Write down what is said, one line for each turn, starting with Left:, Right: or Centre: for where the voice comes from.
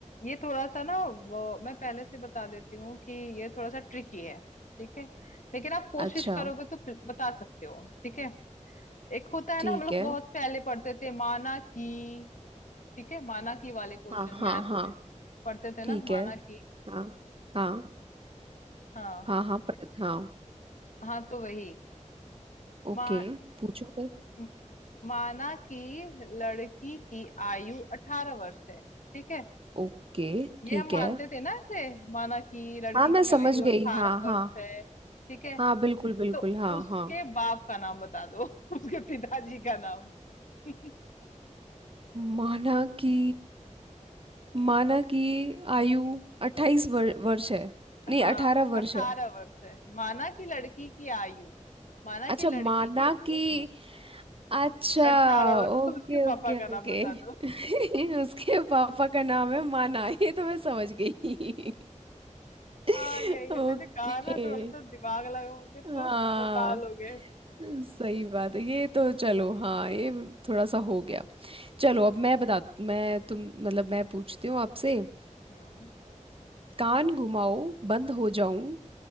Left: ये थोड़ा सा ना वो मैं पहले से बता देती हूँ कि ये थोड़ा सा ट्रिकी है ठीक है लेकिन आप कोशिश
Right: अच्छा
Left: करोगे तो बता सकते हो ठीक है एक होता है
Right: ठीक
Left: ना हम लोग
Right: है
Left: बहुत पहले पढ़ते थे माना की ठीक है माना की वाले क्वेश्चन
Right: हाँ हाँ
Left: मैथ्स
Right: हाँ
Left: में पढ़ते थे ना
Right: ठीक
Left: माना
Right: है
Left: की
Right: हाँ हाँ
Left: हाँ
Right: हाँ हाँ पढ़ हाँ
Left: हाँ तो वही
Right: ओके
Left: मा,
Right: पूछो पर
Left: म- माना की लड़की की आयु अठारह वर्ष है ठीक है
Right: ओके
Left: ये
Right: ठीक
Left: हम मानते
Right: है
Left: थे ना इसे माना की लड़की
Right: हाँ मैं
Left: की
Right: समझ
Left: आयु
Right: गई
Left: अठारह
Right: हाँ हाँ
Left: वर्ष है ठीक है
Right: हाँ बिल्कुल बिल्कुल
Left: तो
Right: हाँ
Left: उसके
Right: हाँ
Left: बाप का नाम बता दो <laughs> उसके पिताजी का नाम <laughs>
Right: माना कि माना कि आयु अट्ठाईस वर, वर्ष है नहीं
Left: हाँ
Right: अठारह
Left: अठारह
Right: वर्ष है
Left: वर्ष है माना कि लड़की की आयु माना
Right: अच्छा
Left: कि लड़की
Right: माना
Left: की
Right: कि
Left: उम्र
Right: अच्छा
Left: अठारह वर्ष
Right: ओके
Left: तो उसके
Right: ओके
Left: पापा का
Right: ओके
Left: नाम बता दो
Right: <laughs> उसके पापा का नाम है माना <laughs> ये तो मैं समझ गई <laughs>
Left: हाँ यही है
Right: ओके
Left: मैंने कहा ना थोड़ा सा दिमाग लगाओगे तो
Right: हाँ
Left: बता लोगे
Right: सही बात है ये तो चलो हाँ ये थोड़ा सा हो गया चलो अब मैं बता मैं तुम मतलब मैं पूछती हूँ आपसे अ,
Left: हम्म
Right: कान घुमाओ बंद हो जाऊं